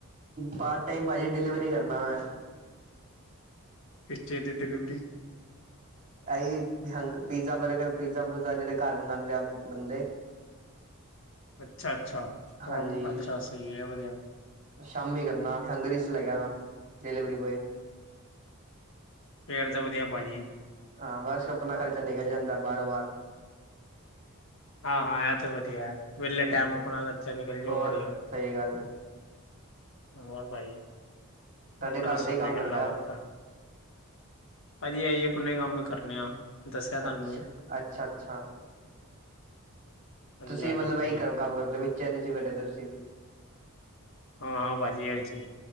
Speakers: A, on the right (about 35°); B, on the left (about 60°).
A: ਪਾਰਟ ਟਾਈਮ ਭਾਜੀ ਡਿਲੀਵਰੀ ਕਰਨਾ ਮੈਂ
B: ਕਿਸ ਚੀਜ਼ ਦੀ ਡਿਲੀਵਰੀ
A: ਐਹੀ ਪੀਜ਼ਾ ਬਰਗਰ ਪੀਜ਼ਾ ਪੁਜਾ ਜਿਹੜੇ ਘਰ ਮੰਗਾਂਦੇ ਆ ਬੰਦੇ
B: ਅੱਛਾ ਅੱਛਾ
A: ਹਾਂਜੀ
B: ਅੱਛਾ ਸਹੀ ਹੈ ਵਧੀਆ
A: ਸ਼ਾਮੀ ਕਰਨਾ ਹੈਂਗਰੀ 'ਚ ਲੈਗਿਆ ਨਾ ਡਿਲੀਵਰੀ ਬੋਆਏ
B: ਫੇਰ ਤਾਂ ਵਧੀਆ ਭਾਜੀ।
A: ਹਾਂ ਬਸ ਆਪਣਾ ਖਰਚਾ ਨਿਕਲ ਜਾਂਦਾ ਬਾਰੋ ਬਾਰ
B: ਹਾਂ -ਹਾਂ ਇਹ ਤੇ ਵਧੀਆ ਵਿਹਲੇ
A: ਹਮ
B: ਟਾਈਮ ਆਪਣਾ ਖਰਚਾ ਨਿਕਲ ਜਾਓ
A: ਹੋਰ
B: ਵਧੀਆ
A: ਸਹੀ ਗੱਲ ਏ।
B: ਹੋਰ ਭਾਈ
A: ਤੁਹਾਡੇ
B: ਹੋਰ
A: ਘਰ
B: ਦੱਸੋ
A: ਦੇ ਹੀ
B: ਕੋਈ
A: ਕੰਮ
B: ਗੱਲਾਂ
A: ਕਰਦੇ ਆ
B: ਬਾਤਾਂ ਭਾਜੀ ਅਈ ਆਪਣਾ ਕੰਮ ਕਰਨੇ ਆ ਦੱਸਿਆ ਤੁਹਾਨੂੰ
A: ਅੱਛਾ ਅੱਛਾ ਅੱਛਾ
B: ਹਾਂਜੀ
A: ਤੁਸੀਂ
B: ਹਾਂਜੀ
A: ਮਤਲਬ
B: ਭਾਜੀ
A: ਇਹੀ ਕੰ ਕੰਮ ਕਰਦੇ ਹੋ ਵਿਚ ਚ ਬੈਠੇ ਤੁਸੀਂ ਵੀ
B: ਹਾਂ ਭਾਜੀ ਏਰੇਚੀ